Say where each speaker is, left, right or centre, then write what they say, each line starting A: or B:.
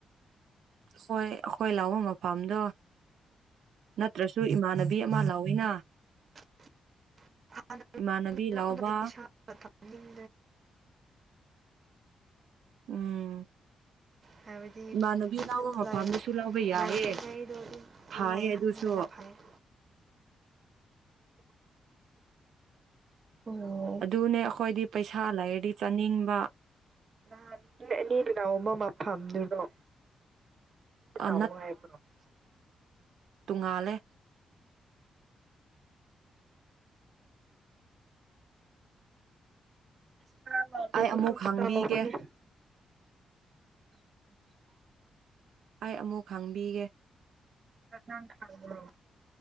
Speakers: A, on the right (about 75°); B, on the right (about 35°).
A: ꯑꯩꯈꯣꯏ ꯑꯩꯈꯣꯏ ꯂꯥꯎꯕ ꯃꯐꯝꯗꯣ ꯅꯠꯇ꯭ꯔꯁꯨ ꯏꯃꯥꯟꯅꯕꯤ ꯑꯃ ꯂꯧꯋꯤꯅ
B: <unintelligible>
A: ꯏꯃꯥꯟꯅꯕꯤ ꯂꯥꯎꯕ ꯎꯝ
B: <unintelligible>
A: ꯏꯃꯥꯟꯅꯕꯤ ꯂꯥꯎꯕ ꯃꯐꯝꯗꯁꯨ ꯂꯥꯎꯕ ꯌꯥꯏꯌꯦ ꯐꯥꯏꯌꯦ ꯑꯗꯨꯁꯨ
B: ꯑꯣ
A: ꯑꯗꯨꯅꯦ ꯑꯩꯈꯣꯏꯗꯤ ꯄꯩꯁꯥ ꯂꯩꯔꯗꯤ ꯆꯥꯅꯤꯡꯕ
B: ꯥ <unintelligible> <unintelligible> <unintelligible>
A: ꯑ ꯇꯨꯡꯉꯥꯜꯂꯦ
B: <unintelligible>
A: ꯑꯩ ꯑꯃꯨꯛ ꯍꯥꯡꯕꯤꯒꯦ
B: <inaudible>
A: ꯑꯩ ꯑꯃꯨꯛ ꯍꯪꯕꯤꯒꯦ
B: ꯅꯁꯥꯡ ꯈꯪꯕ꯭ꯔꯣ